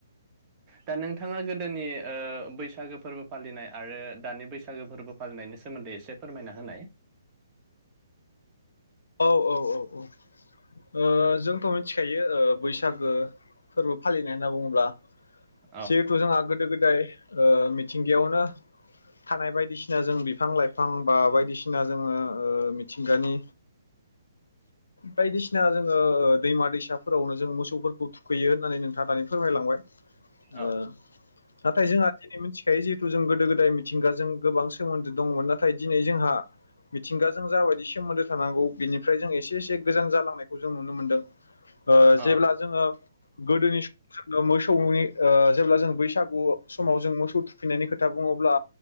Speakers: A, on the right (about 25°); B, on the left (about 85°).
A: दा नोंथाङा गोदोनि ओ बैसागो फोरबो फालिनाय आरो दानि बैसागो फोरबो फालिनायनि सोमोन्दै एसे फोरमायना होनाय।
B: औ ओ जोंथ' मिथिखायो बैसागो फोरबो फालिनाय होनना बुङोब्ला
A: औ
B: जिहेथु जोंहा गोदो गोदाय ओ मि मिथिंगायावनो थानाय बायदिसिना जों बिफां लाइफां बा बायदिसिना जोङो ओ मिथिंगानि बायदिसिना जोङो ओ दैमा दैसाफोरावनो जों मोसौफोरखौ थुखैयो होननानै नोंथाङा दानि फोरमायलांबाय ओ
A: औ
B: नाथाय जोंहा दिनै मोन्थिखायो जिहेथु जों गोदो गोदाय मिथिंगाजों गोबां सोमोन्दो दंमोन नाथाय दिनै जोंहा मिथिंगाजों जाबायदि सोमोन्दो थानांगौ बिनिफ्राय जों एसे एसे गोजान जालांनायखौ जों नुनो मोनदों। ओ
A: औ
B: जेब्ला जोङो गोदोनि समाव जोङो मोसौनि ओ जेब्ला जों बैसागु समाव जों मोसौ थुखैनायनि खोथा बुङो अब्ला